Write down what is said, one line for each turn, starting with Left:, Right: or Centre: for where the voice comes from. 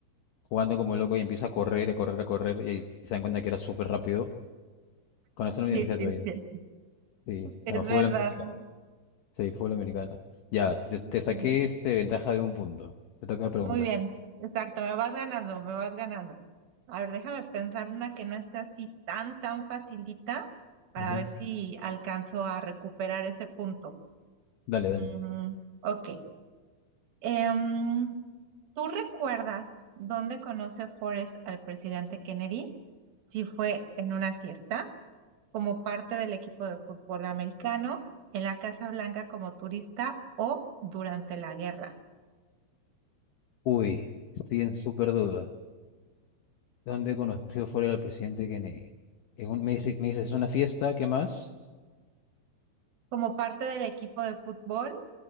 Left: jugando como loco y empieza a correr, a correr, a correr y ahí se dan cuenta que era súper rápido. Cuando está en la
Right: Sí,
Left: universidad
Right: sí,
Left: todavía.
Right: sí.
Left: Sí,
Right: Es
Left: no, fútbol
Right: verdad.
Left: americano.
Right: Mu-
Left: Sí, fútbol americano. Ya, te, te
Right: Muy
Left: saqué
Right: bien.
Left: este ventaja de un punto. Te toca preguntar.
Right: Muy bien. Exacto, me vas ganando, me vas ganando. A ver, déjame pensar una que no esté así tan, tan facilita para
Left: Ujú.
Right: ver si alcanzo a recuperar ese punto.
Left: Dale, dale.
Right: Mm, ok. Em, ¿tú recuerdas dónde conoce Forrest al presidente Kennedy? Si fue en una fiesta, como parte del equipo de fútbol americano, en la Casa Blanca como turista o durante la guerra.
Left: Uy, estoy en súper duda. ¿Dónde conoció fuera al presidente Kennedy? En un, me dice- me dices, es una fiesta, ¿qué más?
Right: Como parte del equipo de fútbol,